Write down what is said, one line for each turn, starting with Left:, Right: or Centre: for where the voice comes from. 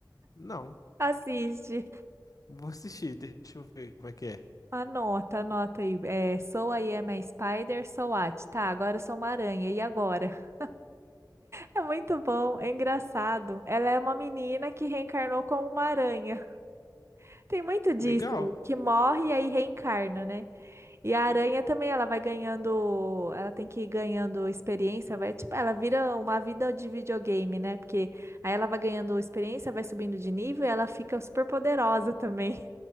Left: Não.
Right: Assiste.
Left: Vou assistir, deixa eu ver como é que é.
Right: Anota, anota aí. É, so I am a spider, so what? Tá, agora eu sou uma aranha. E agora? <laughs> É muito bom, é engraçado. Ela é uma menina que reencarnou como uma aranha. Tem muito disso,
Left: Legal,
Right: que morre e aí reencarna, né? E a aranha também, ela vai ganhando, ela tem que ir ganhando experiência, vai, tipo, ela vira uma vida de videogame, né? Porque aí ela vai ganhando experiência, vai subindo de nível e ela fica super poderosa também.